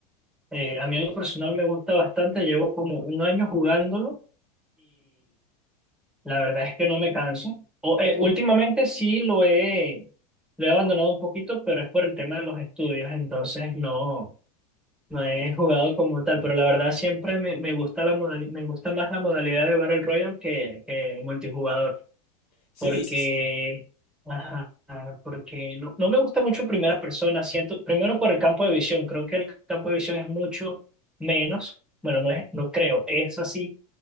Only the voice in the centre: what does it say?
eh, a mí en lo personal me gusta bastante, llevo como un año jugándolo La verdad es que no me canso. O, eh, últimamente sí lo he, lo he abandonado un poquito, pero es por el tema de los estudios, entonces no, no he jugado como tal. Pero la verdad siempre me, me gusta la modali- me gusta más la modalidad de Battle Royale que, que multijugador,
porque,
ajá, porque no, no me gusta mucho primera persona. Siento, primero por el campo de visión, creo que el campo de visión es mucho menos. Bueno, no es, no creo, es así